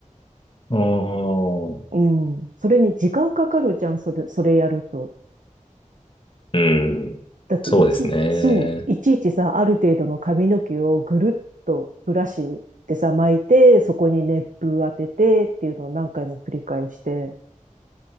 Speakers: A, on the left (about 40°); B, on the right (about 70°).
A: あー
B: うん。それに時間かかるじゃん、それ、それやると。
A: うん。
B: だっていち、
A: そうですね。
B: そう、いちいちさ、ある程度の髪の毛をぐるっとブラシでさ、巻いて、そこに熱風当ててっていうのを何回も繰り返して、